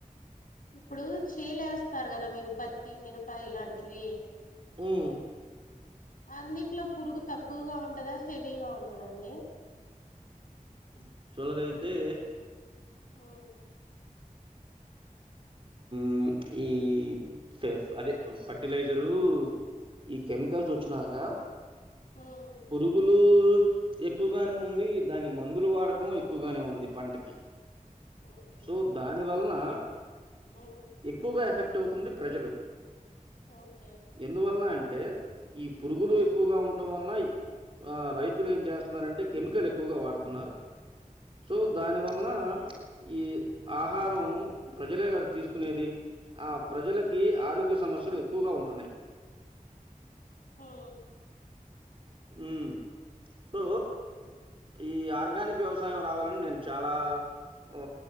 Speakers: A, on the left; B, on the right.
A: ఇప్పుడూ చేలేస్తారు గదా మీరు పత్తి మీరప ఇలాంటివి
B: మ్
A: అందిట్లో పురుగు తక్కువగా ఉంటదా హెవీగా ఉంటదా అండి
B: యాక్చువల్ గైతే...
A: మ్ <inaudible>
B: ప్చ్ ఈ.. ఫఫ్.. అదే ఫర్టిలైజరూ ఈ కెమికల్స్ వచ్చినాక
A: మీడియం
B: పురుగులూ ఎక్కువగానే ఉంది దాని మందులు వాడకం ఎక్కువగానే ఉంది పంటకి
A: ఓకే
B: సో దానివలన
A: ఉమ్,
B: ఎక్కువగా ఎఫెక్ట్ ఎఫెక్ట్ అవుతుంది ప్రజలు
A: ఓకే
B: ఎందువలన అంటే ఈ పురుగులు
A: ఉమ్,
B: ఎక్కువగా ఉంటం వలన ఈ ఆ రైతులు ఏం చేస్తున్నారంటే కెమికల్ ఎక్కువగా వాడుతన్నారు సో దాని వలన
A: ఓకే
B: ఈ ఆహారం ప్ ప్రజలే గదా తీసుకునేది ఆ ప్రజలకి
A: ఉమ్,
B: ఆరోగ్య సమస్యలు ప్ ఎక్కువగా ఉంటన్నాయ్
A: హా
B: మ్.. సో ఈ ఆర్గానిక్ వ్యవసాయం రావాలని నేను చాలా ఓ